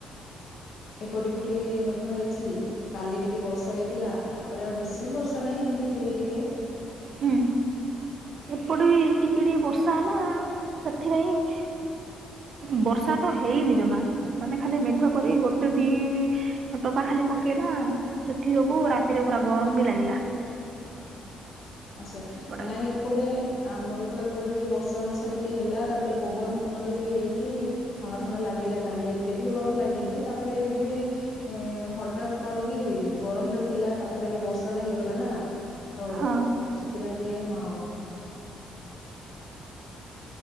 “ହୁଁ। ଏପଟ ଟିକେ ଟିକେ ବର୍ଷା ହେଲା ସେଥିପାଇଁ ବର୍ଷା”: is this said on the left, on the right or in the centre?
Right